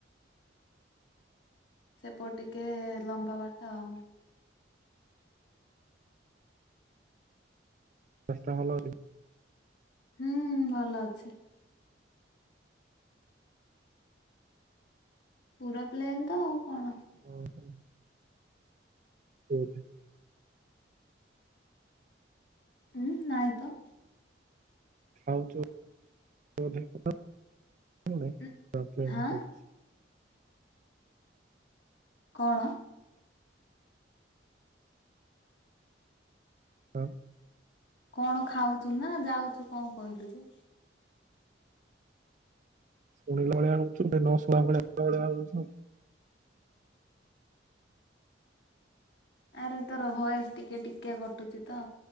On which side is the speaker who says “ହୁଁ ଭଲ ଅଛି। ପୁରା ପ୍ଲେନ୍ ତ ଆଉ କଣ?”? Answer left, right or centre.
Left